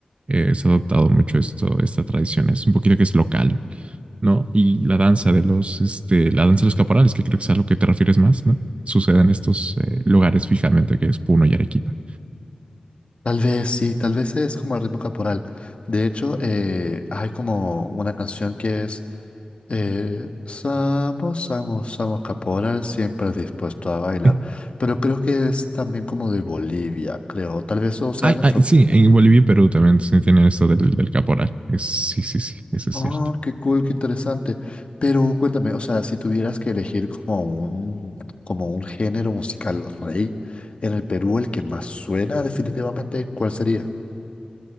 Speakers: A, on the right; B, on the left.
A: eh, se ha adoptado mucho esto, esta tradición. Es un poquito que es local, ¿no? Y la danza de los, este, la danza de los caporales, que creo que es a lo que te refieres más, ¿no? Sucede en estos eh, lugares fijamente que es Puno y Arequipa.
B: Tal vez sí, tal vez es como el ritmo caporal. De hecho, eh, hay como una canción que es eh, Samos, Samos, Samos Caporal, siempre dispuesto a bailar.
A: <laughs>
B: Pero creo que es también como de Bolivia, creo. Tal vez o sea
A: Ay,
B: la
A: ay,
B: fron-
A: sí, en Bolivia y Perú también se tienen esto del, del caporal. Es, sí, sí, sí, eso es
B: Ah,
A: cierto.
B: qué cool, qué interesante. Pero cuéntame, o sea, si tuvieras que elegir como un, como un género musical rey en el Perú, el que más suena definitivamente, ¿cuál sería?